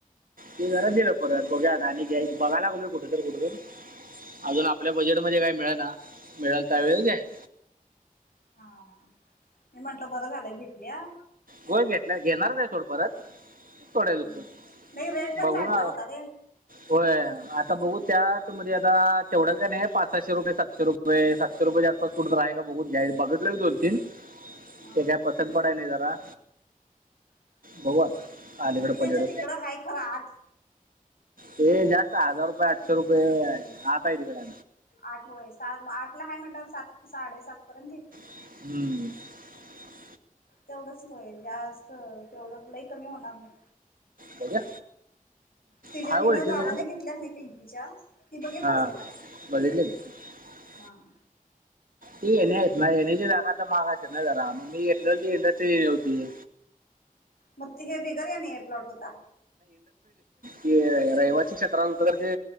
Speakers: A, on the right; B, on the left.
A: ते जरा गेल परत बघू आणि बघाय लागल कुठ तर कुठं तर. अजून आपल्या बजेटमध्ये काही मिळे ना मिळेल त्या वेळ घ्यायचं.
B: हा मी म्हंटलं बरं झालं घेतल्या.
A: गोल घेतला घेणार नाही थोड परत.
B: हम्म.
A: थोड्या दिवसात
B: नाही रेट पण
A: बघू
B: चांगला
A: ना
B: होता रे
A: होय आता बघू. त्यामध्ये आता तेवढंच काय नाही पाच सशेुपये सातशे रुपये सातशे रुपये आसपास कुठं राहा का बघून घ्या. बघितलं दोन तीन
B: हा
A: ते काय पसन पडाय नाही जरा
B: हम्म.
A: बघू आता अलीकड
B: पिंकी त्यांच्या
A: पलीकडे.
B: तिकडं हाय खरं आठ
A: ते जास्त हजार रुपये आठशे रुपये आता आहे तिकडे.
B: आठ वय आठ ला आहे म्हटलं सात साडेसात पर्यंत देत.
A: <unintelligible>
B: तेवढच होय जास्त तेवढं लई कमी होणार नाही.
A: बघा
B: तिच्या्या
A: हाय
B: हिन
A: ओळखीचे
B: जावान घेतल्याक नाही पिंकीच्या ति बघितलास
A: हां
B: तू?
A: <unintelligible>
B: हां.
A: ती येणे ना येण्याची जाागा तर मागायच नाही जरा मी घेतले ती इंडस्ट्री नव होती.
B: मग हे बिगर आहे नाही प्लॉट होता.
A: क रहिवास क्षेत्रात होत तर ते